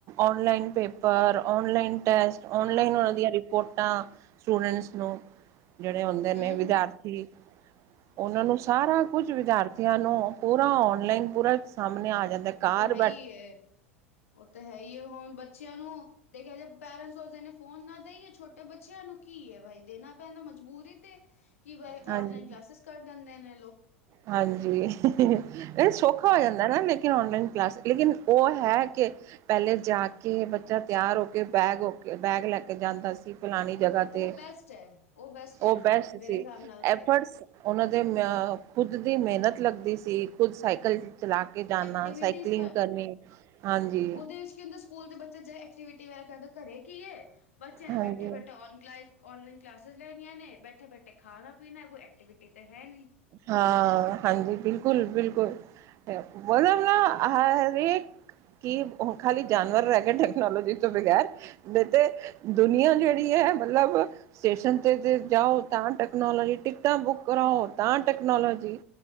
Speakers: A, on the right (about 40°); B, on the left (about 75°).
A: ਓਨਲਾਈਨ ਪੇਪਰ ਓਨਲਾਈਨ ਟੈਸਟ। ਔਨਲਾਈਨ
B: ਹਾਂ
A: ਉਹਨਾਂ ਦੀਆਂ ਰਿਪੋਰਟਾਂ, ਸਟੂਡੈਂਟਸ ਨੂੰ ਜਿਹੜੇ ਹੁੰਦੇ ਨੇ
B: ਹਮ
A: ਵਿਦਿਆਰਥੀ। ਉਹਨਾਂ ਨੂੰ ਸਾਰਾ ਕੁਝ ਵਿਚਾਰ ਬੱਚਿਆਂ ਨੂੰ ਪੂਰਾ ਔਨਲਾਈਨ ਪੂਰਾ ਸਾਹਮਣੇ ਆ ਜਾਂਦਾ, ਘਾਰ
B: ਉਹ ਤੇ ਹੈ ਹੀ ਉਹ ਤੇ ਹੈ ਹੀ ਹੁਣ ਬੱਚਿਆਂ ਨੂੰ ਦੇਖਿਆ ਜੇ ਪੇਰੈਂਟਸ ਸੋਚਦੇ ਨੇ ਫੋਨ ਨਾ ਦੇਈਏ ਛੋਟੇ ਬੱਚਿਆਂ ਨੂੰ, ਕੀ ਹੈ ਬਾਈ ਦੇਣਾ ਪੈਂਦਾ ਮਜਬੂਰੀ ਤੇ। ਕਿ ਬਾਈ
A: ਹਾਂਜੀ,
B: ਔਨਲਾਈਨ ਕਲਾਸਿਸ ਕਰ ਦਿੰਦੇ ਨੇ ਲੋਕ।
A: ਹਾਂਜੀ, ਸੌਖਾ ਹੋ ਜਾਂਦਾ ਲੇਕਿਨ ਔਨਲਾਈਨ ਕਲਾਸ ਲੇਕਿਨ ੳਹ ਹੈ ਕੇ ਪੈਲੇ ਜਾ ਕੇ ਬੱਚਾ ਤੇਆਰ ਹੋ ਕੇ, ਬੈਗ ਹੋ ਕੇ, ਬੈਗ ਲੈ ਕੇ ਜਾਂਦਾ ਸੀ। ਫਲਾਣੀ ਜਗਾ
B: ਉਹ
A: ਤੇ
B: ਬੈਸਟ ਹੈ ਉਹ ਬੈਸਟ ਰਹਿੰਦਾ
A: ੳਹ ਬੈਸਟ
B: ਹੈ ਮੇਰੇ
A: ਸੀ
B: ਹਿਸਾਬ ਨਾਲ
A: ਐਫ੍ਟਸ
B: ਤੇ
A: ੳਨਾਂ ਦੇ ਮ ਖੁਦ ਦੀ ਮੇਹਨਤ ਲੱਗਦੀ ਸੀ, ਖੁਦ ਸਾਈਕਲ ਚਲਾ ਕੇ ਜਾਨਾ,
B: ਐਕਟੀਵਿਟੀਜ਼
A: ਸਾਈਕਲਿੰਗ ਕਰਨੀ ਹਾਂਜੀ।
B: ਏਰੇ ਚ ਕੀ ਹੁੰਦਾ ਸਕੂਲ ਤੇ ਬੱਚਾ ਜੇ ਐਕਟੀਵਿਟੀ ਵਗੈਰਾ ਕਰਦਾ, ਘਰੇ ਕੀ ਏ ਬੱਚੇ ਨੇ
A: ਹਾਂਜੀ
B: ਬੈਠੇ ਬੈਠੇ ਔਨ ਕਲਾਇਸ ਔਨਲਾਈਨ ਕਲਾਸਿਸ ਲੈਣੀਆਂ ਨੇ, ਬੈਠੇ ਬੈਠੇ ਖਾਨਾ-ਪੀਨਾ, ਕੋਈ ਐਕਟੀਵਿਟੀ ਤੇ ਹੈ ਨਈ।
A: ਹਾਂ ਹਾਂਜੀ, ਬਿਲਕੁਲ-ਬਿਲਕੁਲ। ਬੋਲੋ ਨਾ ਹਰੇਕ ਕਿ ੳਹ ਖਾਲੀ ਜਾਨਵਰ ਰੈਗੇ ਟੈਕਨੋਲਜੀ ਤੋ ਬਗੈਰ ਨਈ ਤੇ ਦੁਨੀਆਂ ਜੇੜੀ ਐ, ਮਤਲਬ ਸਟੇਸ਼ਨ ਤੇ ਜਾਓ ਤਾਂ ਟੈਕਨੋਲਜੀ, ਟਿਕਟਾਂ ਬੁੱਕ ਕਰਾਓ ਤਾਂ ਟੈਕਨੋਲੋਜੀ